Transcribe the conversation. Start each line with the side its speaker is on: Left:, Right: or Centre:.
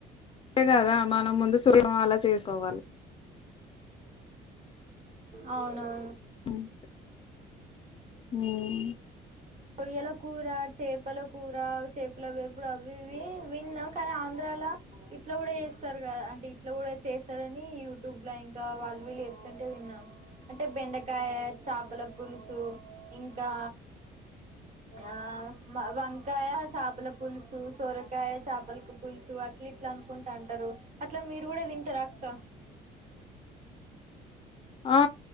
Left: అంతే కదా మనం ముందు సూర్యం అలా చేసుకోవాలి.
Right: అవునవును.
Left: హుమ్.
Right: రొయ్యల కూర, చేపల కూర చేపల వేపుడు అవి ఇవి విన్న కానీ ఆంధ్రలో. ఇట్లా కూడా చేస్తారు కదా. అంటే ఇట్లా కూడా చేస్తారని యూట్యూబ్ లో ఇంకా వాళ్ళు వీళ్ళు చెప్తుంటే విన్నా. అంటే బెండకాయ, చేపల పులుసు ఇంకా. ఆ వంకాయ చాపల పులుసు. పులుసు, సోరకాయ చాపలకి పులుసు, అట్లా ఇట్లా అనుకుంటా అంటరు. అట్లా మీరు కూడా తింటర అక్క.
Left: ఆ